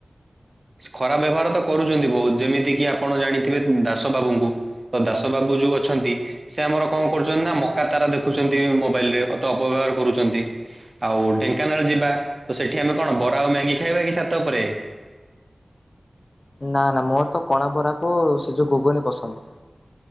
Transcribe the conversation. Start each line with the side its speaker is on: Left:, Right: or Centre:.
Right: ଖରାପ ବ୍ୟବହାର ତ କରୁଛନ୍ତି ବହୁତ ଯେମିତି କିି ଆପଣ ଜାଣିଥିବେ ଦାସ ବାବୁଙ୍କୁ। ତ ଦାସ ବାବୁ ଯୋଉ ଅଛନ୍ତି। ସେ ଆମର କଣ କରୁଛନ୍ତି ନା ମକା ତାରା ଦେଖୁଛନ୍ତି ମୋବାଇଲ ରେ ଅତ ଅପବ୍ୟବହାର କରୁଛନ୍ତି। ଆଉ ଢେଙ୍କାନାଳ ଯିବା ତ ସେଠି ଆମେ କଣ ବରା ଆଉ ମ୍ୟାଗି ଖାଇବା କି ସାତ ଉପରେ।
Left: ନା ନା ମୋର ତ କଣା ବରା କୁ ସେ ଯଉ ଘୁଗୁନି ପସନ୍ଦ।